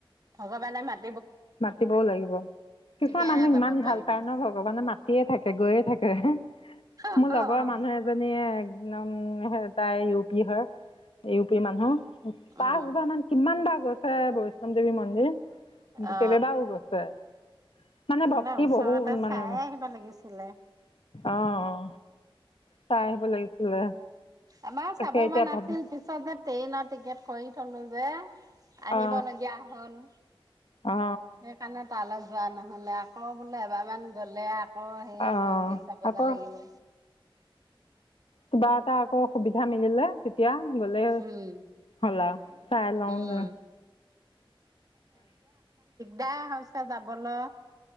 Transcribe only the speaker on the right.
ভগৱানে মাত
তেতিয়াহে
যাব
পাৰিবি।
অ',
উম,
অ,
তহঁতে
ওচৰতে
চাই আহিব লাগিছিলে।
আমাৰ
চাব
মন
আছিল পিছত যে ট্ৰেইনৰ টিকেট কৰি থলোঁ যে আহিব
লগীয়া হ'ল
সেইকাণে তালৈ যোৱা নহ'লে আকৌ বোলে এবাৰমান গ'লে অ সেয়াই
মন্দিৰ চাবগে
লাগিব
উম,
উম,
দা হৈছে যাবলে